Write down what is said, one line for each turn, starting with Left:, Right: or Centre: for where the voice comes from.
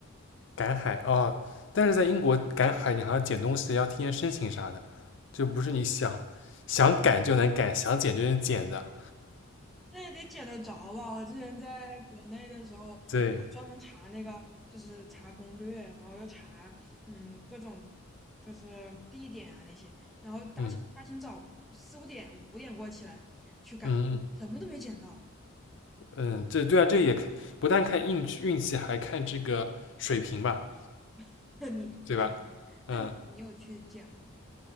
Left: 赶海哦，但是在英国赶海，你还要捡东西，要提前申请啥的，就不是你想想赶就能赶，
Centre: 哦。
Left: 想捡就能捡的。
Centre: 那也得捡得着吧？我之前在国内的时候，我专门查那个，
Left: 对，
Centre: 就是查攻略，然后又查，嗯，各种就是地点啊那些，然后大清大清早四五点五点过起来去赶，
Left: 嗯嗯
Centre: 什么都没捡到。
Left: 嗯，这对啊，这也看不但看运气运气，还看这个水平吧，
Centre: <laughs> 那你啊，
Left: 对吧？嗯，
Centre: 那你你有去捡过吗？